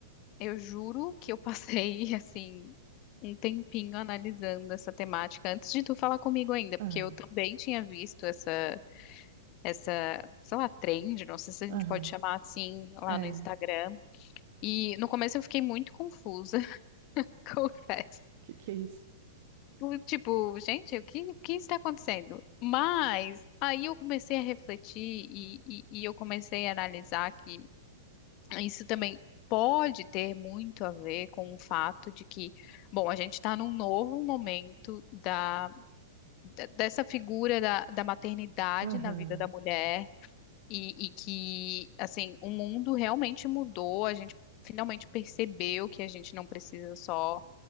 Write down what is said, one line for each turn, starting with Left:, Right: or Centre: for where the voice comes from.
Left: Eu juro que eu passei, <laughs> assim, um tempinho analisando essa temática antes de tu falar comigo ainda, porque
Right: Aham,
Left: eu também tinha visto essa, essa, sei lá, trend, não sei se a gente
Right: aham,
Left: pode chamar assim, lá
Right: é.
Left: no Instagram. E no começo eu fiquei muito confusa, <laughs> confesso.
Right: Que que é isso?
Left: Eu, Tipo, gente, o que, o que está acontecendo? Mas aí eu comecei a refletir e, e, e eu comecei a analisar que Isso também pode ter muito a ver com o fato de que, bom, a gente está num novo momento da, da- dessa figura da, da maternidade
Right: Aham,
Left: na vida da mulher e, e que, assim, o mundo realmente mudou, a gente finalmente percebeu que a gente não precisa só